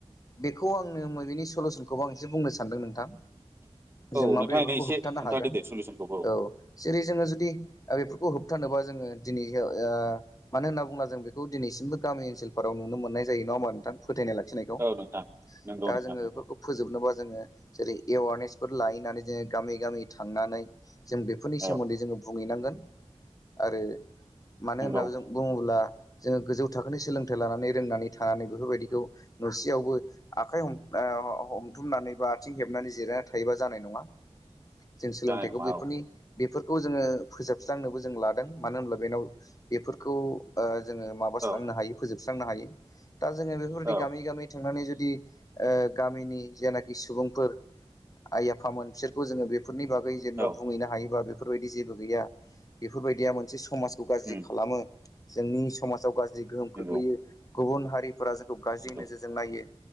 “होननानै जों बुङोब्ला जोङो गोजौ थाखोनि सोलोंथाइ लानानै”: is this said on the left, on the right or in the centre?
Left